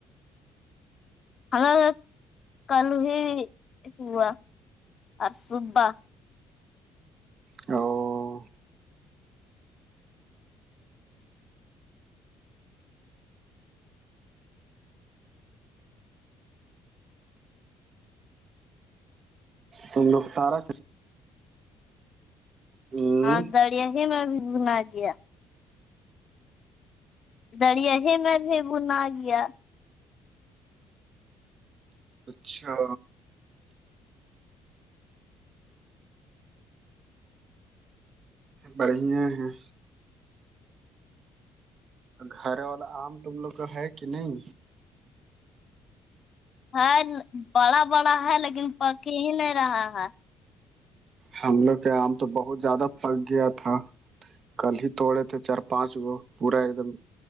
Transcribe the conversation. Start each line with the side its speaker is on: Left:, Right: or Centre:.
Left: ہما کلو ہی ہوا اور سببہ
Right: او تم لوگ سارا ہ
Left: ہاں دریا ہی میں بھی گھنا گیا دریا ہی میں بھی بنا گیا
Right: اچھا بڑھیا ہیں گھر والا آم تم لوگ کا ہے کہ نہیں
Left: ہ بڑا بڑا ہے لیکن پکی ہی نہیں رہا ہے
Right: ہم لوگ کے آم تو بہت زیادہ پک گیا تھا کل ہی توڑے تھے چار پانچ وہ پورا ایک دم